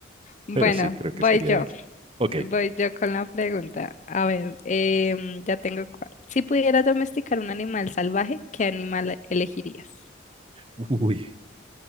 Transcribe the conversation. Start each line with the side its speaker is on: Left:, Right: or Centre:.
Left: Bueno,
Right: pero sí, creo
Left: voy
Right: que sería
Left: yo.
Right: eso. Ok.
Left: Voy yo con la pregunta. A ver, em, ya tengo cuál. Si pudieras domesticar un animal salvaje, ¿qué animal elegirías?
Right: Uy,